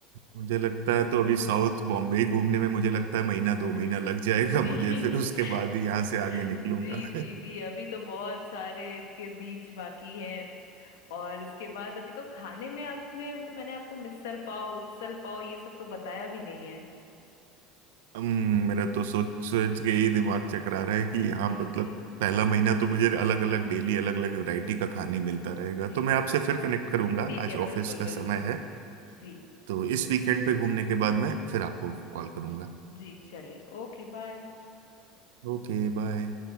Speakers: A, on the right (about 85°); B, on the left (about 85°).
A: मुझे लगता है तो अभी साउथ बॉम्बे ही घूमने में मुझे लगता
B: <laughs>
A: है महीना दो महीना लग जाएगा
B: जी
A: मुझे फिर उसके बाद ही यहाँ
B: जी
A: से आगे निकलूंगा
B: जी
A: <laughs>
B: जी अभी तो बहुत सारे आपके बीच बाकी हैं और इसके बाद अभी तो खाने में आपने अभी तो मैंने आपको मिसल पाव उसल पाव ये सब तो बताया भी नहीं है
A: हम्म, मेरा तो सोच सोच के ही
B: जी
A: दिमाग चकरा रहा है कि यहाँ
B: जी
A: मतलब
B: जी
A: पहला महीना तो मुझे अलग अलग डेली अलग अलग वैरायटी का खाने मिलता रहेगा
B: जी
A: तो मैं आपसे
B: जी
A: फिर कनेक्ट करूंगा
B: ठीक
A: आज
B: है बिल्कुल
A: ऑफिस का
B: बिल्कुल
A: समय है
B: जी
A: तो इस वीकेंड पे घूमने के बाद मैं फिर आपको कॉल करूंगा
B: जी चलिए ओके बाय
A: Okay bye